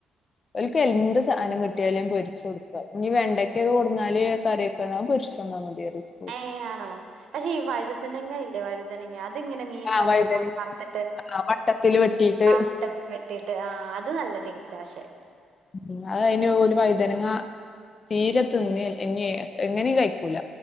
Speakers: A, on the left (about 35°); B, on the right (about 70°).
A: ഒൽക്ക് എന്ത് സാധനം കിട്ടിയാലും പൊരിച്ച് കൊടുക്ക, ഇനി വെണ്ടക്ക്‌യൊക്കെ കൊട്ന്നാല് കറി ക്ക്‌ണോ അത് പൊര്ച്ചന്ന മതി അറി സ്
B: ഏ ആണോ പക്ഷെ ഈ വഴുനങ്ങ ഇല്ലേ വഴുതനെങ്ങാ അത് ഇങ്ങനെ മീൻ
A: ആ
B: വറക്കന്ന്
A: വഴുതനങ്ങ
B: പോലെ വറത്തിട്ട്
A: ആ വട്ടത്തിൽ വെട്ടിയിട്ട്
B: ആഹ് വട്ടത്തി വെട്ടിട്ട് ആ അത് നല്ല ടേസ്റ്റാ പക്ഷെ
A: ഉം അത് അയ്ന് ഓല് വൈതനങ്ങ തീരെ തിന്നെല്ല ഇഞ്ഞി എങ്ങനിം കയ്ക്കൂല